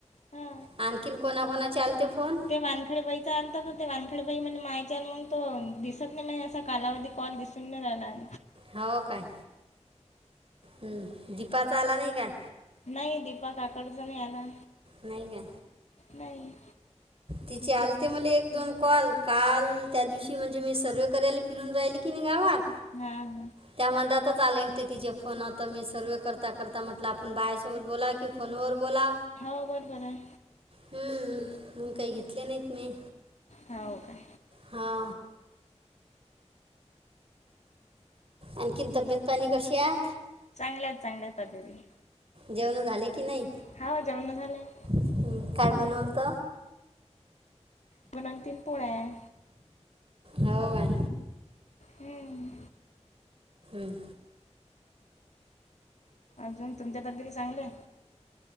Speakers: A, on the left; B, on the right.
A: हा,
B: आणखीन कोणाकोणाचे आलते फोन
A: ते मानखडे बैचाऽ वानखेडबाई म्हणजे मायचर मग तो, दिसत नाही म्हणे असा कालावधी कॉल, दिसून नाही राहिलाऽ
B: हो, काय? हम्म, दीपाचा आला नाही काय?
A: नाही दीपक काकडचा नाही आला.
B: नाहीय का?
A: नाही,
B: तिचे आलते मला एक दोन कॉल, काल त्या दिवशी म्हणजे मी सर्वे करायला फिरून राहिलीऽ किन गावात,
A: हां हां
B: त्यामध्ये आता लेऽ तिचे फोन आत मी सर्वे करता, करता म्हटलं, आपण बायसोबत बोलाय की फोनवर,, बोला,
A: हो बरोबर आहे
B: हम्म,, मग काही घेतले नाहीत मी.
A: होा हो, काय?
B: हा, आणखी तब्येत पाणी कशी आहे?
A: चांगल्यात, चांगल्यात दिदी.
B: जेवण झाले? की नाही
A: हाव जेऊना झालंयऽ
B: हं. काय बनवलत?
A: म्हणून तन पोळ्याऽ
B: हो काय?
A: हम्म,
B: हम्,
A: अजून तुमच्यात तरी चांगलेऽ